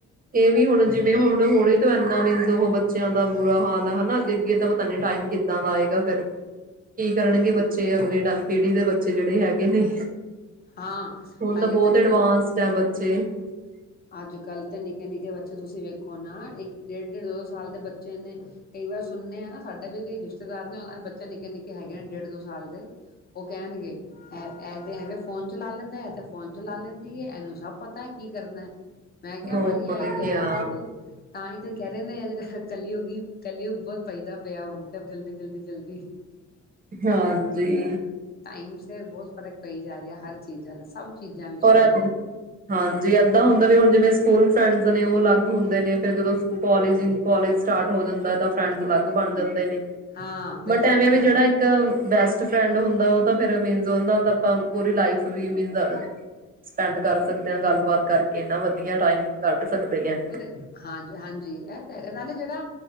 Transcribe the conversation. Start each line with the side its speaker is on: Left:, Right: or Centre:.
Right: ਇਹ ਵੀ ਹੁਣ ਜਿਵੇਂ ਹੁਣ ਹਨ ਉਹ ਬੱਚਿਆਂ ਦਾ ਬੁਰਾ ਹਾਲ ਆ ਅੱਗੇ, ਅੱਗੇ ਤਾਂ ਪਤਾ ਨੀ ਟਾਈਮ ਕਿੱਦਾਂ ਦਾ ਆਏਗਾ ਫਿਰ ਕੀ ਕਰਨਗੇ ਬੱਚੇ ਅਗਲੇ ਟਾਈਮ ਪੀੜੀ ਦੇ ਬੱਚੇ ਜਿਹੜੇ ਹੈਗੇ ਨੇ
Left: ਹਾਂ,
Right: ਹੁਣ
Left: ਹਲੇੇ
Right: ਬਹੁਤ
Left: ਤਾਂ ਚਲੋ
Right: ਐਡਵਾਂਸਡ ਹੈ ਬੱਚੇ
Left: ਅੱਜ ਕੱਲ੍ਹ ਤੇ ਨਿੱਕੇ- ਨਿੱਕੇ ਬੱਚੇ ਤੁਸੀਂ ਵੇਖੋ ਨਾ ਇੱਕ- ਡੇਢ, ਡੇਢ -ਦੋ, ਦੋ ਸਾਲ ਦੇ ਬੱਚੇ ਨੇ ਕਈ ਵਾਰ ਸੁਣਨੇ ਨਾ ਸਾਡੇ ਵੀ ਕਈ ਰਿਸ਼ਤੇਦਾਰ ਨੇ ਉਹਨਾਂ ਨੇ ਬੱਚੇ ਨਿੱਕੇ- ਨਿੱਕੇ ਹੈਗੇ ਨੇ ਡੇਢ- ਦੋ ਸਾਲ ਦੇ ਉਹ ਕਹਿਣਗੇ। ਐ ਤੇ ਐਵੇਂ ਫੋਨ ਚਲਾ ਲੈਂਦਾ ਹੈ ਫੋਨ ਚਲਾ ਲੈਂਦੀ ਹੈ ਇਹਨੂੰ ਸਭ ਪਤਾ ਹੈ ਕੀ ਕਰਨਾ। ਮੈਂ ਕਿਹਾ
Right: ਹੋਰ
Left: ਬਹੀ ਐ ਹੀ
Right: ਕਿਆ
Left: ਹੈਗਾ ਦੇਖੋ। ਤਾਂ ਹੀ ਤਾਂ ਕਹਿ ਰਿਹੇ ਨੇ ਆ ਜਿਹੜਾ ਕਲਯੁਗ ਕੱਲਯੁਗ ਉਹ ਬਹੁਤ ਚਲਦਾ ਪਿਆ ਹੁੰਦਾ ਤੇ ਜਲਦੀ- ਜਲਦੀ। ਜਲਦੀ
Right: ਹਾਂਜੀ।
Left: ਹੁਣ ਟਾਈਮ ਬਹੁਤ ਫ਼ਰਕ ਪਈ ਜਾ ਰਿਹਾ ਹੈ ਹਰ ਚੀਜ਼ਾਂ ਦਾ ਸਭ ਚੀਜ਼ਾਂ ਵਿੱਚ
Right: ਹੋਰ
Left: ਪੈ ਰਿਹਾ
Right: ਹਾਂਜੀ, ਏਦਾਂ ਹੁੰਦਾ। ਵੀ ਹੁਣ ਜਿਵੇਂ ਸਕੂਲ ਫਰੈਂਡਸ ਨੇ ਉਹ ਅਲੱਗ ਹੁੰਦੇ ਨੇ ਫਿਰ ਜਦੂ ਕੋਲਜ ਕੋਾਲਜ ਸਟਾਟ ਹੋ ਜਾਂਦਾ ਤਾਂ ਫਰੈਂਡਸ ਅਲੱਗ ਬਣ ਜਾਂਦੇ ਨੇ।
Left: ਹਾਂ ਬਿਲਕੁਲ
Right: ਬਟ ਐਵੇਂ ਆ ਵੀ
Left: ਹਾਂ
Right: ਜਿਹੜਾ ਇੱਕ ਬੈਸਟ ਫਰੈਂਡ ਹੁੰਦਾ ਉਹ ਤਾਂ ਫਿਰ ਮੀਨ ਉਹ ਨਾਲ ਆਪਾਂ ਪੂਰੀ ਲਾਈਫ ਮੇਨਸ ਸਪੈਂਡ ਕਰ ਸਕਦੇ ਹਾਂ ਗੱਲਬਾਤ ਕਰਕੇ ਕਿੰਨਾ ਵਧੀਆ ਟਾਈਮ ਸਕਦੇ ਹਾਂ
Left: ਉਹਦੇ ਹਾਂਜੀ, ਹਾਂਜੀ ਇਹ ਤੇ ਹੈਗਾ ਨਾਲੇ ਜਿਹੜਾ